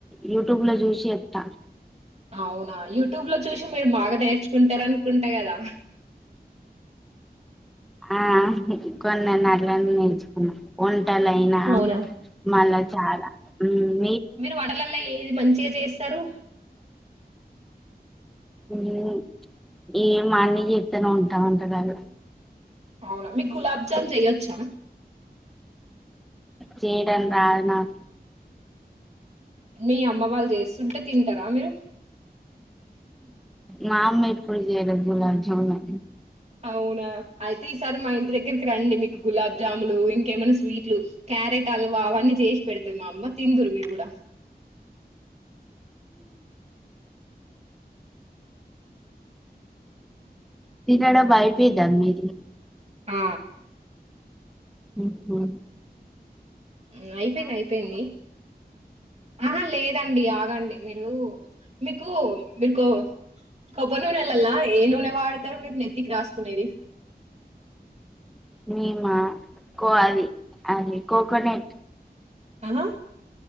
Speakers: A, in the centre; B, on the right.
A: యూట్యూబ్ లో చూసి ఎత్త
B: అవునా యూట్యూబ్ లో చూసి మీరు బాగా నేర్చుకుంటారనుకుంటే కదా
A: ఆ కొనన్న అట్లనే నేర్చుకున్న ఓన్ టలైనా
B: అవునా
A: మళ్ళా చాలా ఉమ్
B: మీరు వడలల్లో ఏది మంచిగా చేస్తారు
A: నేను ఏ మాన్నీ జెత్తనే ఉంటా వంటకాల్లో
B: అవునా మీకు గులాబ్ జామ్ చెయ్యొచ్చా
A: చేయడం రాదు నాక్
B: మీ అమ్మ వాళ్ళు చేస్తుంటే తింటారా మీరు
A: మా అమ్మ ఎప్పుడు జెయ్యదు గులాబ్ జామే
B: అవునా అయితే ఈసారి మా ఇంటి దగ్గరికి రండి మీకు గులాబ్ జాములు ఇంకేమైనా స్వీట్లు క్యారెట్ హల్వా అవన్నీ జేసి పెడతాది మా అమ్మ తిందురు మీరు కూడా
A: తినడం అయిపింద మీది
B: ఆ
A: ఉహు
B: ఉ అయిపోయింది అయిపోయింది ఆహా లేదండి ఆగండి మీరు మీకు మీకో కొబ్బరి నూనెలల్ల ఏ నూనె వాడతారు మీరు నెత్తికి రాసుకునేది
A: మీమా కో అది అది కోకోనెట్
B: ఆ